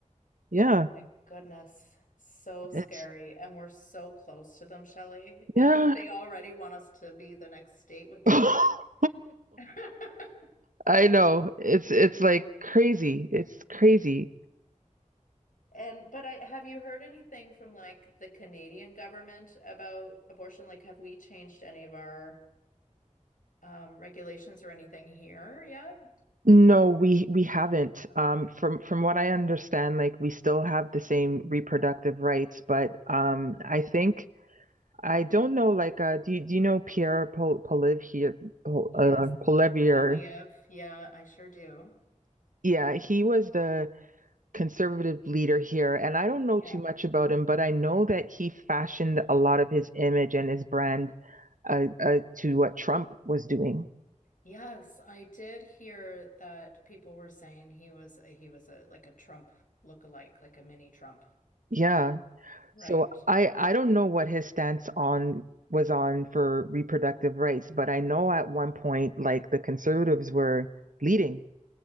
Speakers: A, on the right; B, on the left.
A: yeah.
B: Oh my goodness. So scary.
A: It's
B: And we're so close to them, Shelley. <laughs>
A: yeah.
B: And they already want us to be the next state with
A: <laughs>
B: them. Like <laughs>
A: I know. It's it's like crazy. It's crazy.
B: And but I have you heard anything from like the Canadian government about abortion? Like, have we changed any of our um, regulations or anything here yet?
A: No, we we haven't.
B: Okay.
A: Um, from from what I understand, like we still have the same reproductive rights, but um, I think I don't know, like, uh, do you, do you know Pierre Pol Polivier, uh,
B: Yes,
A: Poilievre?
B: Polyev. Yeah, I sure do.
A: Yeah, he was the conservative leader here, and I don't know
B: Yeah.
A: too much about him, but I know that he fashioned a lot of his image and his brand uh, uh, to what Trump was doing.
B: Yes, I did hear that people were saying he was he was a like a Trump lookalike, like a mini Trump.
A: Yeah,
B: Right.
A: so I I don't know what his stance on was on for reproductive rights, but I know at one point, like, the conservatives were leading.